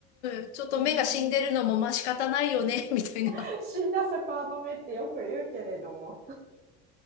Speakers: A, on the left; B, on the right.
A: ーん、ちょっと目が死んでるのもまあ仕方ないよね、
B: ね
A: <laughs> みたいな。
B: え。死んだ魚の目ってよく言うけれども。